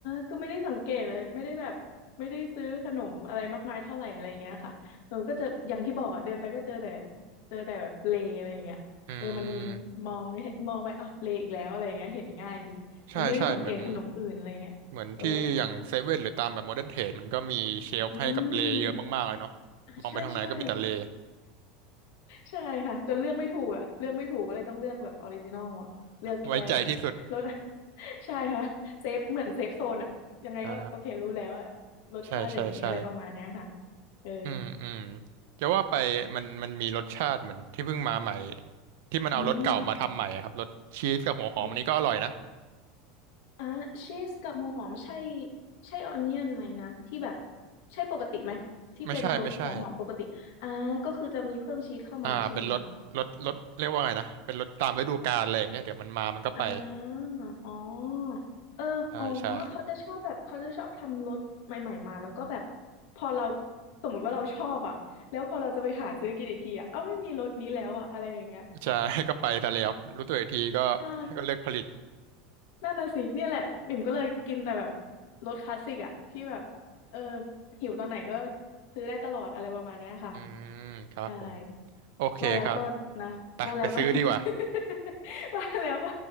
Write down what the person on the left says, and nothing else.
คือไม่ได้สังเกตเลยไม่ได้แบบไม่ได้ซื้อขนมอะไรมากมายเท่าไหร่อะไรอย่างเงี้ยค่ะเออก็จะอย่างที่บอกอ่ะเดินไปก็เจอแต่เจอแต่แบบเลอะไรอย่างเงี้ยเออมันมันมองมองไปอ้าวเลอีกแล้วอะไรอย่างเงี้ยเห็นง่ายดีเออไม่ได้สังเกตขนมอื่นอะไรอย่างเงี้ยเออ
อืมอ่าใช่ใช่ ใช่ค่ะจนเลือกไม่ถูกอ่ะเลือกไม่ถูกก็เลยต้องเลือกแบบออริจินอลอ่ะเลือกแค่แบบรส
<laughs> ใช่ค่ะเซฟเหมือนเซฟโซนอ่ะยังไงก็โอเครู้แล้วอ่ะ
รสชาติอย่างนี้อะไรประมาณเนี้ยค่ะ
เออ
อืมรสเก่าอ่ะชีสกับหัวหอมใช่ใช่ออนเนียนไหมนะที่แบบใช่ปกติไหมที่เป็นรสหัวหอมปกติอ่าก็คือจะมีเพิ่มชีสเข้ามาใช่ไหมคะ
อ่าอ๋อเอออ๋อ
เขาจะชอบแบบเขาจะชอบทำรถใหม่ๆมาแล้วก็แบบพอเราสมมติว่าเราชอบอ่ะแล้วพอเราจะไปหาซื้อกินอีกทีอ่ะเอ้าไม่มีรถนี้แล้วอ่ะอะไรอย่างเงี้ย
มันใช่
นั่นน่ะสิเนี่ยแหละบิ่มก็เลยกินแต่แบบรถคลาสสิกอ่ะที่แบบเออหิวตอนไหนก็ซื้อได้ตลอดอะไรประมาณเนี้ยค่ะ
ใช่
ว่าแล้วก็นะว่าแล้วก็
<laughs> ว่าแล้วก็